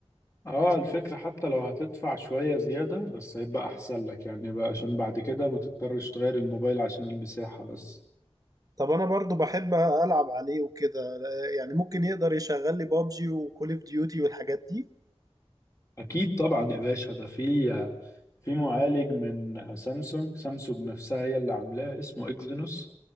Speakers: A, on the left; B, on the right.
A: اه الفكرة حتى لو هتدفع شوية زيادة بس هيبقى احسن لك يعني بقى عشان بعد كده ما تضطرش تغير الموبايل عشان المساحة بس
B: طب انا برضو بحب العب عليه وكده يعني ممكن يقدر يشغل لي بابجي وكول اوف ديوتي والحاجات دي
A: اكيد طبعا يا باشا ده في في معالج من سامسونج سامسونج نفسها هي اللي عاملاه اسمه اكزينوس